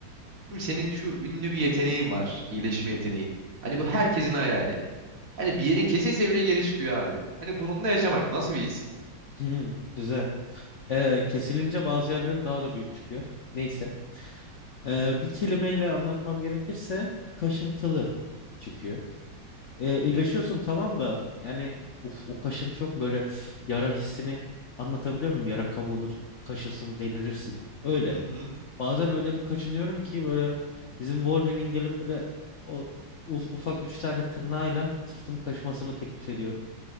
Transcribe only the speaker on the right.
Şimdi senin şu ünlü bir yeteneğin var. iyileşme yeteneğin. Hani bu herkesin hayali. Hani bir yerin kesilse bile geri çıkıyor abi. Hani bununla yaşamak nasıl bir his?
Hı hı.